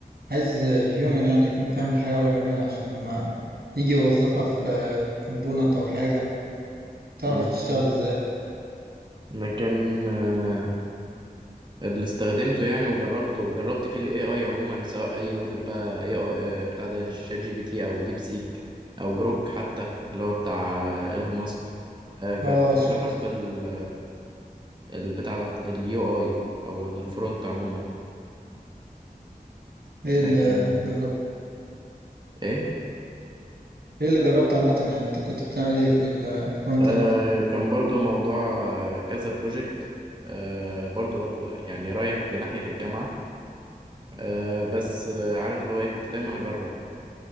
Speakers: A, on the right (about 80°); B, on the right (about 30°).
A: عايز هيومن يعني يكون فاهم الحاجة ولا بيعملها عشان لما يجي يوظفها في كومبوننت أو حاجة تعرف
B: امم
A: تشتغل ازاي
B: لكن آه، اللي استخدمته يعني وجربته جربت فيه الاي اي عموما سواء اي موديل بقى اي اي بتاع ده شات جي بي تي او ديب سيك او جروك حتى اللي هو بتاع آه، ايلون ماسك آه، جا-
A: اه
B: كنت بجرب
A: شفت
B: في ال- البتاع ده اليو اي او الفرونت عموما
A: ايه
B: لكن
A: اللي جربت
B: ايه
A: ايه اللي جربت عامة يعني انت كنت بتعمل ايه في الفرونت
B: آه
A: اند
B: كان برضو موضوع آه، كذا بروجكت آه برضو برضو يعني رايح لناحية الجامعة آه بس آه عارف اللي هو ايه كنت دايما اجرب